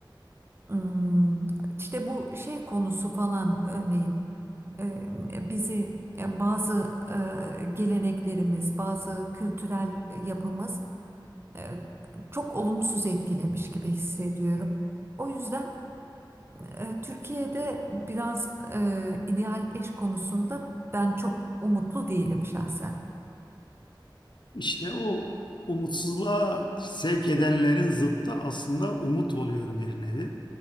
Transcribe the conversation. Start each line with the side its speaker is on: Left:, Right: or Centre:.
Right: Hmm, işte bu şey konusu falan örneğin. e, bizi e, bazı e, geleneklerimiz, bazı kültürel yapımız e, çok olumsuz etkilemiş gibi hissediyorum. O yüzden e, Türkiye'de biraz e, ideal eş konusunda ben çok umutlu değilim şahsen.
Left: İşte o umutsuzluğa sevk edenlerin zıttı aslında umut oluyor bir nevi.